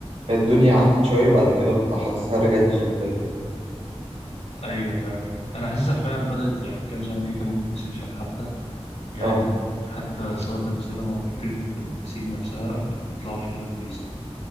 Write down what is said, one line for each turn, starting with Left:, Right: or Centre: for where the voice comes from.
Right: هي الدنيا عكت شوية بعد كده ببقى حاسسها رجعت تظبط تاني
Left: ايوه فعلا انا حاسسها فعلا بدأت يعني كام سنة في كام ممثل شاب حتى يعني
Right: اه
Left: حتى سواء تمثيلهم او فكرة التمثيل نفسها اللي طلعوا فيها كويسة